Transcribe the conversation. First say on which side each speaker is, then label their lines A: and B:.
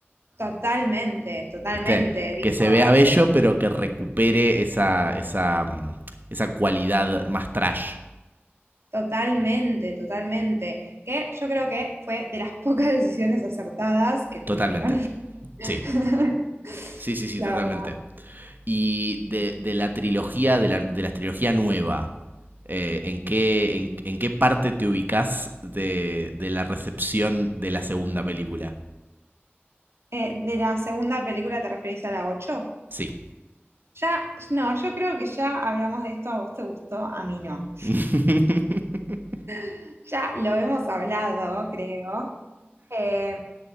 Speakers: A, on the right (about 75°); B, on the right (about 50°).
A: totalmente, totalmente,
B: ¿Viste?
A: digo,
B: Que se vea bello,
A: sí.
B: pero que recupere esa, esa, mm, esa cualidad más trash.
A: Totalmente, totalmente. Que yo creo que fue de las <laughs> pocas decisiones acertadas que tuvieron,
B: Totalmente.
A: <laughs>
B: Sí. Sí, sí, sí,
A: la
B: totalmente.
A: verdad.
B: Y de, de la trilogía, de la, de la trilogía nueva, eh, ¿en, qué, en, en qué parte te ubicas de, de la recepción de la segunda película?
A: Eh, de la segunda película te referís a la ocho
B: Sí.
A: Ya, no, yo creo que ya hablamos de esto, a vos te gustó, a mí no.
B: <laughs>
A: <laughs> Ya lo hemos hablado, creo. Eh,